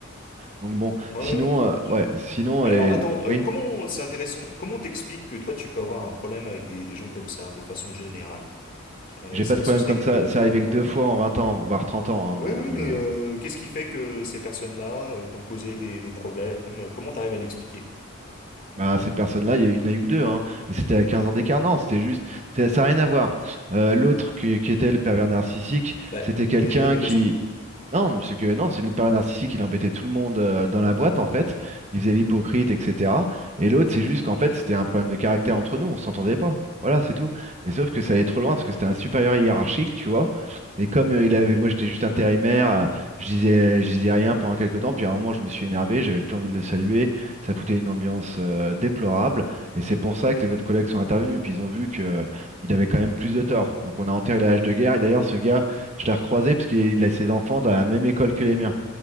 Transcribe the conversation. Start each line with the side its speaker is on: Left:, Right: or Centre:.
Right: Donc bon,
Left: Ouais,
Right: sinon,
Left: ouais, non, mais
Right: euh,
Left: bien sûr.
Right: ouais, sinon,
Left: Mais
Right: elle
Left: alors,
Right: est...
Left: attends,
Right: Oui,
Left: euh, comment, c'est intéressant, comment t'expliques que toi, tu peux avoir un problème avec des, des gens comme ça, de façon générale? Euh,
Right: j'ai
Left: c'est-
Right: pas de problème
Left: ce serait
Right: comme
Left: quoi
Right: ça.
Left: les raisons
Right: C'est arrivé
Left: pour toi?
Right: que deux fois en 20 ans, voire trente ans. hein,
Left: Oui,
Right: donc,
Left: oui,
Right: euh,
Left: mais euh, qu'est-ce qui fait que ces personnes-là euh, t'ont causé des, des problèmes? Comment t'arrives à l'expliquer?
Right: bah, ces personnes-là, il y a- il n'y en a eu que deux. hein, et c'était à 15 ans d'écart. Non, c'était juste. Ça n'a rien à voir. Euh, l'autre qui, qui était le pervers narcissique,
Left: Bah,
Right: c'était quelqu'un
Left: il y a, il y a des
Right: qui,
Left: raisons.
Right: Non, mais c'est que non, c'est le père narcissique, il embêtait tout le monde euh, dans la boîte en fait, il faisait l'hypocrite, etc. Et l'autre, c'est juste qu'en fait, c'était un problème de caractère entre nous, on s'entendait pas. Voilà, c'est tout. Et sauf que ça allait trop loin
Left: D'accord.
Right: parce que c'était un supérieur hiérarchique, tu vois. Et comme euh,
Left: Hmm.
Right: il avait, moi j'étais juste intérimaire, euh, je disais, je disais rien pendant quelques temps. Puis à un moment, je me suis énervé, j'avais plus envie de le saluer. Ça foutait une ambiance euh, déplorable. Et c'est pour ça que les autres collègues sont intervenus. Puis ils ont vu que euh, il avait quand même plus de tort. Donc on a enterré la hache de guerre. Et d'ailleurs, ce gars je l'ai recroisé parce qu'il a ses enfants dans la même école que les miens.